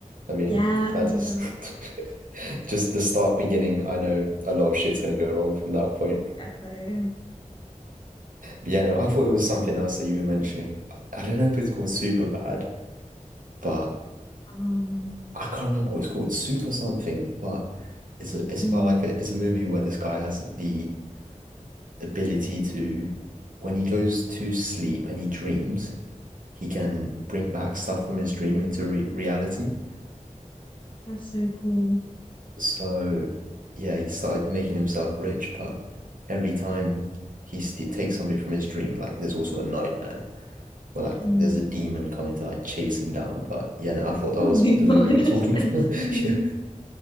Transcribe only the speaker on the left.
Yeah.
Oh my
God.
Defo.
Um,
mm,
that's so cool.
Mm.
Oh
my
<laughs>
gosh.
A demon.
<laughs>